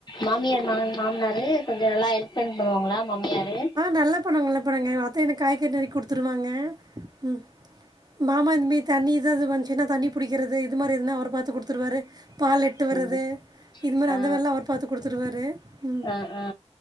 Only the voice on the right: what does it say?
நல்லா பண்ணுவ்ங் நல்லா பண்ணுவாங்க எங்க அத்த எனக் காய்கற் நருக்கி குடுத்துருவாங்க ம் மாமா இந்து மி தண்ணி இத அது வந்ச்சுன்னா தண்ணி புடிக்கிறது இது மாரி எதுனா அவரு பாத்து குடுத்துருவாரு பால்லெட்டு வர்றது
இது மாரி
அந்த வேல்லாஅவர் பாத்து குடுத்துருவாரு ம்